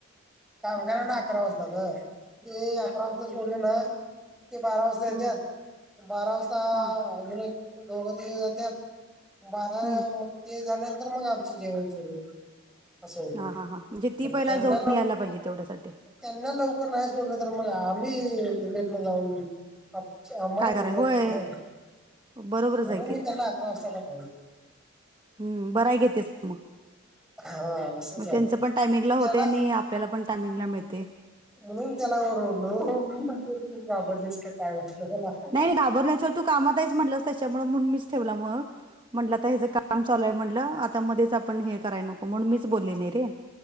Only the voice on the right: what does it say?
हा हा हा
हा
हम्म,
हा
हम्म,
हा हा हां म्हणजे ती
पहिला
जाऊन
यायला पाहिजे तेवढ्यासाठी
काय कराय
होय
बरोबरच
आहे
हम् बरा घेते मग
म
त्यांच पण टायमिंगला
होते
आणि आपल्याला पण टायमिंगला मिळते
नाही नाही घाबर नाहीच तू कामात आहेच म्हटलंस त्याच्यामुळे म्हणून मीच ठेवला मग म्हटलं तर हच काम चालूय म्हटलं आता मध्येच आपण हे कराय नको म्हणून मीच बोलले नाही रे